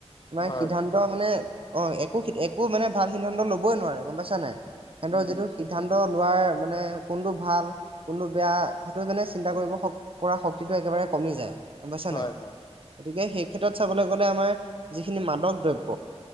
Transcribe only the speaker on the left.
হয়,
উম,
হয়,
হয়।